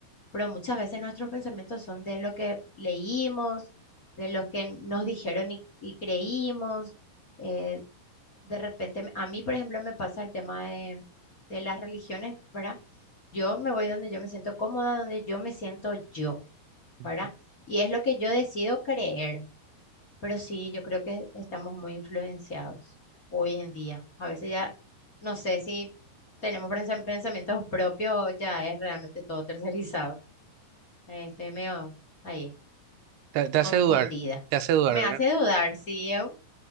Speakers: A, on the left (about 25°); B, on the right (about 80°).
A: Pero muchas veces nuestros pensamientos son de lo que leímos, de lo que nos dijeron y, y creímos. eh, de repente, a mí, por ejemplo, me pasa el tema de, de las religiones, ¿verdad? Yo me voy donde yo me siento cómoda, donde yo me siento yo,
B: ujú.
A: ¿verdad? Y es lo que yo decido creer. Pero sí, yo creo que estamos muy influenciados hoy en día. A veces ya, no sé si tenemos prensa- pensamientos propios, o ya es realmente todo tercerizado. Eh, Estoy medio ahí,
B: Te, te hace
A: confundida.
B: dudar, te hace dudar,
A: Me
B: ¿verdad?
A: hace dudar, sí, es un-